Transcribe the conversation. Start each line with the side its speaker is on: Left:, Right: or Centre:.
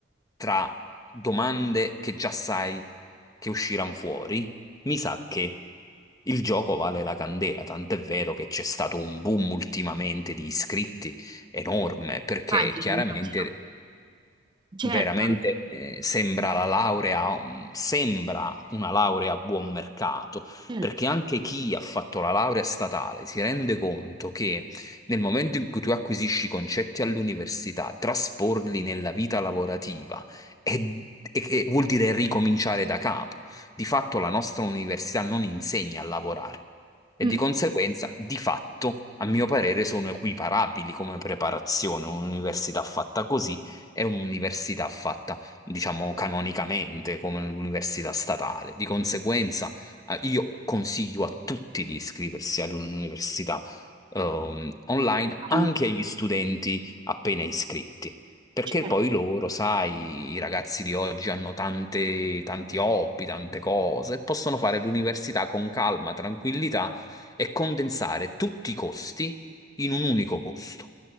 Left: tra domande che già sai che usciranno fuori, mi sa che il gioco vale la candela, tant'è vero che c'è stato un boom ultimamente di iscritti enorme, perché
Right: immagino,
Left: chiaramente...
Right: immagino.
Left: Veramente
Right: Certo,
Left: eh, sembra la laurea, um, sembra una laurea a buon mercato,
Right: certo.
Left: perché anche chi ha fatto la laurea statale si rende conto che nel momento in cui tu acquisisci i concetti all'università, trasporli nella vita lavorativa e, e che vuol dire ricominciare da capo. Di fatto la nostra università non insegna a lavorare e
Right: Mm,
Left: di conseguenza, di fatto, a mio parere, sono equiparabili come preparazione, un'università fatta così è un'università fatta, diciamo, canonicamente come l'università statale. Di conseguenza, eh, io consiglio a tutti di iscriversi ad un'università ehm, online, anche
Right: mm,
Left: agli studenti appena iscritti. Perché
Right: certo.
Left: poi loro, sai, i ragazzi di oggi hanno tante, tanti hobby, tante cose, e possono fare l'università con calma, tranquillità e condensare tutti i costi in un unico costo.